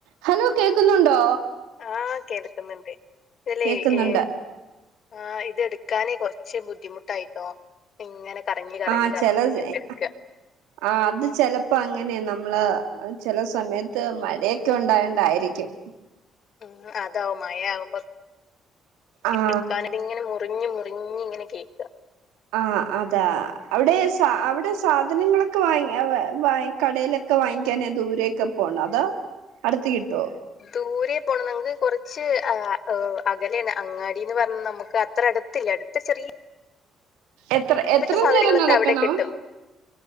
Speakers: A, on the right (about 85°); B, on the left (about 55°).
A: Hello കേക്കുന്നുണ്ടോ?
B: ആഹ് കേൾക്കുന്നുണ്ട് എല്ലേ
A: കേക്കുന്നുണ്ട്
B: ഏ ആഹ് ഇതെടുക്കാന് കൊർച്ച് ബുദ്ധിമുട്ടായിട്ടോ ഇങ്ങനെ കറങ്ങി കറങ്ങി
A: ആഹ
B: കറങ്ങി
A: ചെലത് എ
B: എടുക്ക
A: ആഹ് അത് ചെലപ്പോ അങ്ങനെ നമ് മ്മള് ചില സമയത്ത് മഴയൊക്കെ ഉണ്ടായണ്ടായിരിക്കും
B: ഉം അതാവും മയാകുമ്പോ
A: ആ
B: എക്കാന തിങ്ങനെ മു മുറിഞ്ഞി മുറിഞ്ഞി ഇങ്ങനെ കേക്ക
A: ആ അതാ അവിടെ സ അവിടെ സാ ധനങ്ങളൊക്കെ വാങ്ങി അ വായി കടയിലൊക്കെ വാങ്ങിക്കാന് ദൂരെയൊക്കെ പോണൊ അതോ അടുത്ത് കിട്ടോ
B: ദൂരേ പോണം. നങ്ങക്ക് കുറച്ച് അ.. ഹ്.. അകലേണ്, അങ്ങാടിന്ന് പറഞ്ഞ നമുക്ക് അത്രട ത്തില്ല അടുത്ത് ചെറി
A: എത്ര എത്ര
B: സാധനങ്ങളൊക്കെ
A: നേരം നടക്കണം?
B: അവിടെ കിട്ടും